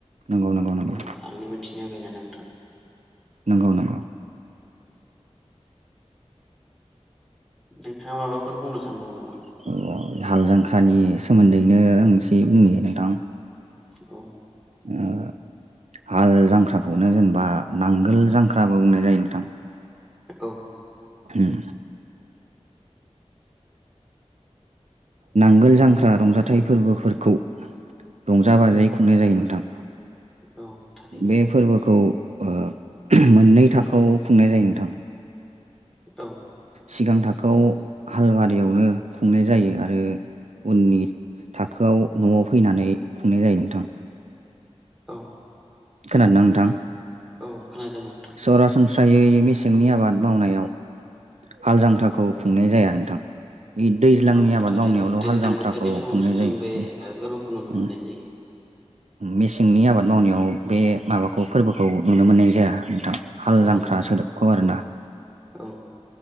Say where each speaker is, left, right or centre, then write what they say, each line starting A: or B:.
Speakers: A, on the right; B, in the centre.
A: नंगौ नंगौ नंगौ
B: ओ आंनि मोथिनाया बेनो नोंथां
A: नंगौ नंगौ
B: नोंथाङा माबाफोर बुंनो सानबावो नामा
A: नंगौ हाल जांख्रानि सोमोन्दैनो आं एसे बुंनि नोंथां
B: औ
A: ओ हाल जांख्राखौनो जेनेबा नांगोल जांख्राबो बुंनाय जायो नोंथां।
B: औ
A: उम नांगोल जांख्रा रंजाथाइ फोरबोफोरखौ रंजा बाजायै खुंनाय जायो नोंथां
B: औ थारैनो
A: बे फोरबोखौ ओ मोननै थाखोआव खुंनाय जायो नोंथां।
B: औ
A: सिगां थाखोआव हालवारियावनो खुंनाय जायो आरो उननि थाखोआव न'आव फैनानै खुंनाय जायो नोंथां
B: औ
A: खोनादोंना नोंथां?
B: औ खोनादों नोंथां
A: सरासनस्रायै मेसेंनि आबाद मावनायाव हाल जांख्राखौ खुंनाय जाया नोंथां दैज्लांनि
B: औ
A: आबाद
B: थारैनो
A: मावनायावल'
B: दैज्लां
A: हाल जांख्राखौ
B: बोथोरनि समावसो
A: खुंनाय जायो
B: जों बे ओ फोरबोखौ नुनो मोननाय
A: मेसेंनि आबाद मावनायाव बे माबाखौ फोरबोखौ नुनो मोननाय जाया नोंथां हाल
B: जायो
A: जांख्रा सोदोबखौ आर ना
B: औ